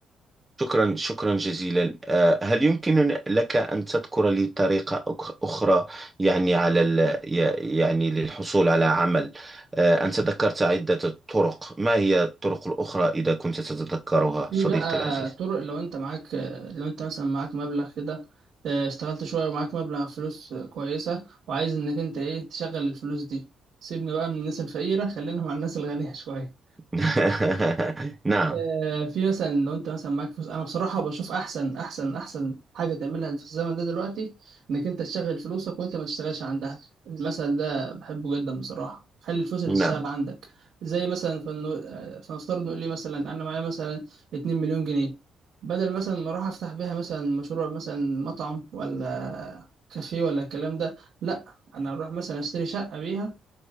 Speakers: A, on the right; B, on the right.
A: شكرا شكرا جزيلا آه، هل يمكن لك أن تذكر لي طريقة أخ- أخرى يعني على ال... ي- يعني للحصول على عمل آه، أنت ذكرت عدة طرق ما هي الطرق الأخرى إذا كنت تتذكرها
B: في
A: صديقي
B: بقى
A: العزيز
B: طرق لو انت معاك لو انت مثلا معاك مبلغ كده اه، اشتغلت شوية ومعاك مبلغ فلوس كويسة وعايز انك انت ايه تشغل الفلوس دي سيبنا بقى من الناس الفقيرة خلينا مع الناس الغنية <laughs> شوية
A: <laughs> نعم
B: آه، في مثلا لو انت مثلا معاك فلوس انا بصراحه بشوف احسن احسن احسن حاجه تعملها في الزمن ده دلوقتي انك انت تشغل فلوسك وانت ما تشتغلش عندها المثل ده بحبه جدا بصراحه خلي الفلوس اللي
A: نعم
B: تشتغل عندك زي مثلا فنو... آه، فنفترض نقول لي مثلا انا معايا مثلا 2 مليون جنيه بدل مثلا ما اروح افتح بيها مثلا مشروع مثلا مطعم ولا كافيه ولا الكلام ده لا انا اروح مثلا اشتري شقه بيها